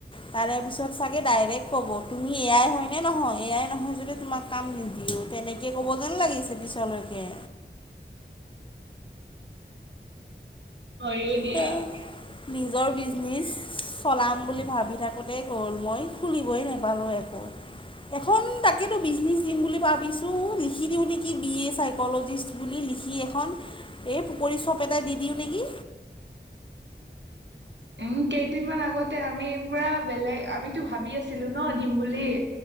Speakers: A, on the left (about 25°); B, on the right (about 70°).
A: তাৰে পিছত চাগে ডাইৰেক্ট ক'ব, তুমি এ আই হয় নে নহয়? এ আই নহয় যদি তোমাক কাম নিদিও তেনে কে ক'ব যেন লাগিছে পিছলৈকে।
B: হয়ো দিয়া
A: সেই নিজৰ বিজনেইছ চলাম বুলি ভাবি থাকোঁতেই গ'ল, মই খুলিবই নেপালোঁ একো। এখন তাকেতো বিজনিচ দিম বুলি ভাবিছো, লিখি দিওঁ নিকি বি এ চাইকলজিষ্ট বুলি লিখি এখন এই পকৰী চপ এটাই দি দিওঁ নিকি?
B: উম, কেইদিনমান আগতে আমি পুৰা বেলেগ আমিতো ভাবি আছিলো ন' দিম বুলি।